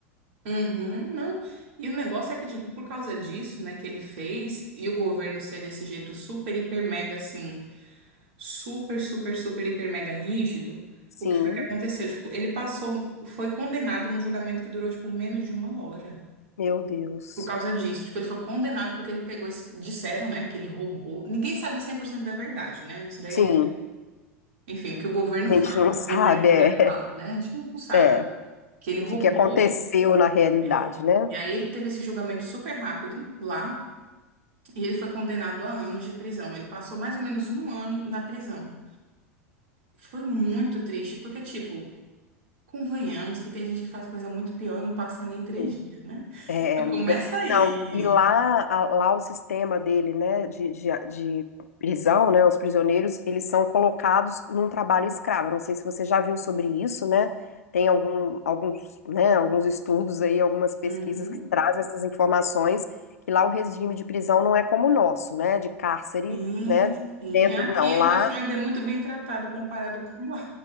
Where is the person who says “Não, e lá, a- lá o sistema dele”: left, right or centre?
Left